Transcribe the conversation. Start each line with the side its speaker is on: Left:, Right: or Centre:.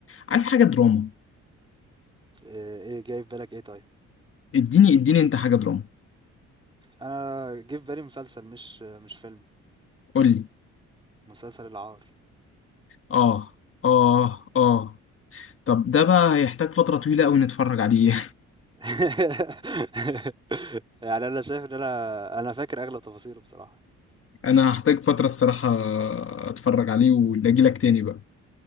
Left: عايز حاجة دراما
Right: آه، ايه جاي في بالك ايه طيب
Left: اديني اديني انت حاجة دراما
Right: انا جه في بالي مسلسل مش مش فيلم
Left: قول لي
Right: مسلسل العار
Left: اه اه اه طب ده بقى هيحتاج فترة طويلة قوي نتفرج عليه
Right: <laughs> يعني انا شايف ان انا انا فاكر اغلب تفاصيله بصراحة
Left: <laughs> انا هحتاج فترة الصراحة اتفرج عليه واجي لك تاني بقى